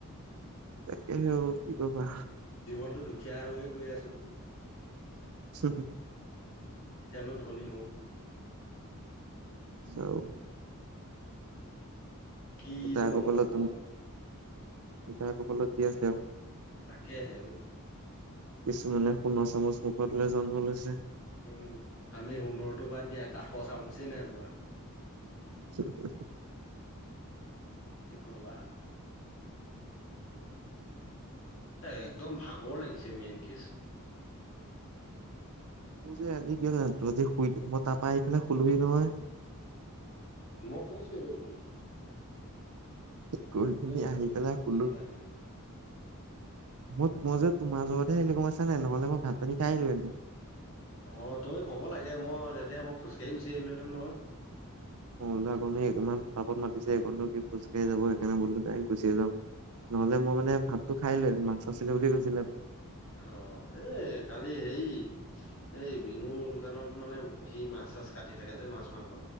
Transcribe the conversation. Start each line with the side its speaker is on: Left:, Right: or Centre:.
Right: তাকেহে অ
Left: জী
Right: কি কবা
Left: জীৱনটো দুখীয়া হৈয়ে গৈ আছো।
Right: উহ।
Left: কেতিয়ানো ধনী হম।
Right: চাওঁ।
Left: কিনু
Right: যাৰ
Left: হ'ব?
Right: কপালত যোন যাৰ কপালত যি আছিলে আউ।
Left: তাকেহে ঔ।
Right: কিছুমানে সোণৰ চামুচ মুখত লৈ জন্ম লৈছে।
Left: উম আমি সোণৰটো বাদ দিয়া, কাঠৰ চামুচেই নাই পোৱা।
Right: <inaudible>
Left: কি কবা? এ একদম ভাগৰ লাগিছে মেইন কেচ।
Right: মোৰ যে আজি কিয় জানো যে শুই মই তাৰ পৰা আহি পেলাই শুলোই নহয়।
Left: মই কৈছোঁয়ে দেখোন।
Right: গৈ পিনি
Left: অ
Right: আহি পেলাই
Left: শুই
Right: শুলো।
Left: দিবাগে
Right: মই-মই যে তোমাৰ জহত হে মই নাই, নহ'লে মই ভাত পানী খাই আহিলো হেতিন।
Left: অ' তুমি ক'ব লাগে মই তেতিয়া, মই খোজকাঢ়ি গুচি আহিলো হেতেন নহয়।
Right: মই আগ ইমান তাপত মাতিছেনো কি খোজ কঢ়ি যাব সেইকাৰণে বলো যাই গুচিয়ে যাওঁ নহলে মই মানে ভাতটো খাই লৈ মাছ আছিলে বুলি কৈছিলে।
Left: অ', এ কালি হে এই বিনুয দোকানত মানে সি মাছ চাছ কাটি থাকে যে মাছ-মাংস।